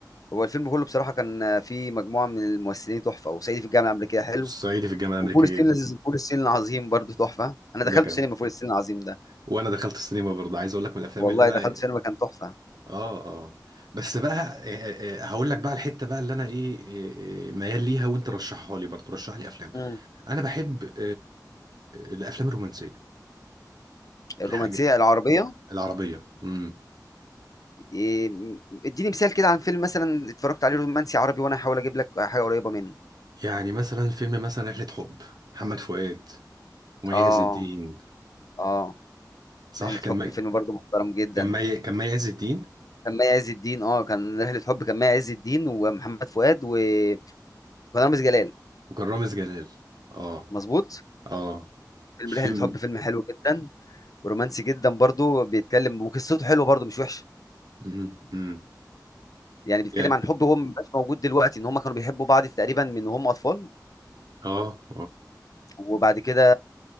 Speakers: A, on the left (about 55°); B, on the right (about 65°).
A: هو الفيلم كله بصراحة كان فيه مجموعة من الممثلين تحفة وصعيدي في الجامعة الأمريكية حلو
B: الصعيدي في الجامعة الأمريكية
A: وفول الصين لذيذ- فول الصين العظيم برضه تحفة
B: ده
A: أنا دخلت
B: كمان
A: سينما فول الصين العظيم ده
B: وانا دخلت السينما برضه عايز اقول لك من الافلام
A: والله
B: اللي انا
A: دخلت سينما كان تحفة
B: اه اه بس بقى آه، آه، آه، هقول لك بقى الحته بقى اللي انا ايه آه، آه، ميال ليها وانت رشحها لي برضه رشح لي افلام
A: مم.
B: انا بحب آه، الافلام الرومانسيه
A: الرومانسية
B: الحاجه
A: العربية
B: العربيه امم
A: إيه، اديني مثال كده عن فيلم مثلا اتفرجت عليه رومانسي عربي وأنا هحاول أجيب لك حاجة قريبة منه
B: يعني مثلا فيلم مثلا رحله حب محمد فؤاد ومي
A: آه
B: عز الدين
A: آه
B: صح
A: رحلة
B: كان
A: حب
B: مي-
A: فيلم برضه محترم جدا
B: كان مي كان مي عز الدين
A: كان مي عز الدين اه كان رحلة حب كان مي عز الدين ومحمد فؤاد و- وكان رامز جلال
B: وكان رامز جلال اه
A: مظبوط
B: اه
A: فيلم
B: الفيلم
A: رحلة حب فيلم حلو جدا ورومانسي جدا برضو بيتكلم وقصته حلوه برضو مش وحشة
B: امم امم
A: يعني بيتكلم
B: يعني
A: عن حب هو مبقاش موجود دلوقتي ان هم كانوا بيحبوا بعض تقريبا من وهم اطفال
B: اه
A: وبعد كده